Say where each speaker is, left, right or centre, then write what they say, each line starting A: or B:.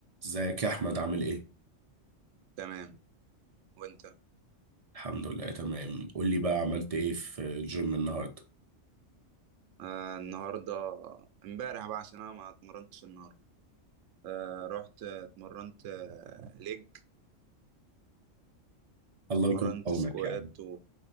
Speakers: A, on the right; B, on the right.
A: ازيك يا احمد عامل ايه
B: تمام وانت
A: الحمد لله تمام قول لي بقى عملت ايه في الجيم النهارده
B: آه النهارده امبارح بقى عشان انا ما اتمرنتش النهارده آه رحت اتمرنت آه ليج
A: الله
B: اتمرنت
A: يكون في عونك
B: سكواد
A: يعني
B: و